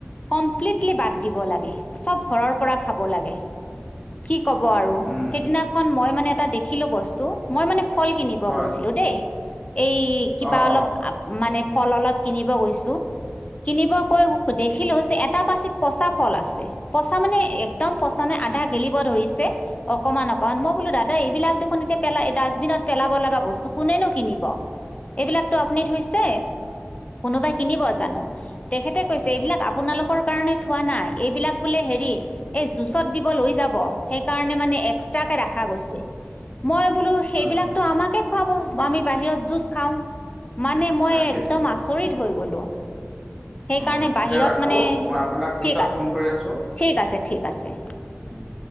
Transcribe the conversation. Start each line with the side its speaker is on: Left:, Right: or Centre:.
Left: কমপ্লিটলি বাদ দিব লাগে চব ঘৰৰ পৰা খাব লাগে। কি কব আৰু?
Centre: উম,
Left: সেইদিনাখন মই মানে এটা দেখিলো বস্তু, মই মানে ফল কিনিব
Centre: হয়
Left: গৈছ- ছো দেই এই কিবা
Centre: অ',
Left: অলপ
Centre: অ',
Left: মানে ফল অলপ কিনিব গৈছো। কিনিব কৈ দেখিলোঁ যে এটা পাচিত পচা ফল আছে- পচা মানে একদম পচা নে আধা গেলিব ধৰিছে। অকমান অকমান, মই বোলো দাদা এইবিলাক দেখোন এতিয়া পেলাই ডাষ্টবিনত পেলাব লগা বস্তু- কোনেনো কিনিব? এইবিলাকতো আপুনি থৈছে, কোনোবাই কিনিব জানো? তেখেতে কৈছে এইবিলাক আপোনালোকৰ কাৰণে থোৱা নাই। এইবিলাক বোলে হেৰি- এই জুচত দিব লৈ যাব। সেইকাৰণে মানে এক- এষ্টাকে ৰাখা গৈছে, মই বোলো সেইবিলাকতো
Centre: হয় হয়
Left: আমাকে- খোৱাব, আমি বাহিৰত জুচ খাওঁ। মানে মই
Centre: তাকেইতো।
Left: একদম আচৰিত হৈ গ'লো। সেইকাৰণে
Centre: অ
Left: বাহিৰত
Centre: এতিয়া ৰাখো
Left: মানে,
Centre: মই আপোনাক পিছত
Left: ঠিক আছে
Centre: ফোন কৰি আছো।
Left: ঠিক আছে ঠিক আছে।
Centre: উম'।